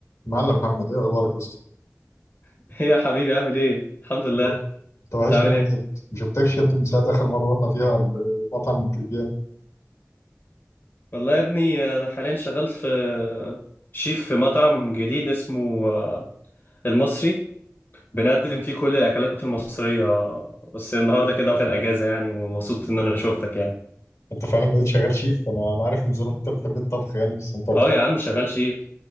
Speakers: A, on the left; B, on the left.
A: معلم محمد ايه اخبارك يا اسطى
B: <laughs> ايه يا حبيبي عامل ايه؟ الحمد لله
A: الو- انت وحشني
B: انت عامل
A: موت
B: ايه؟
A: يا ابني ما شفتكش يا ابني من ساعه اخر مره رحنا فيها المطعم كريبيان
B: والله يا ابني انا حاليا شغال في شيف في مطعم جديد اسمه آه، المصري بنقدم فيه كل الاكلات المصرية بس النهارده كده واخد اجازة يعني ومبسوط ان انا شوفتك يعني
A: انت فعلا بقيت شغال شيف انا انا عارف من زمان انت بتحب الطبخ يعني بس متوقع
B: اه يا عم شغال شيف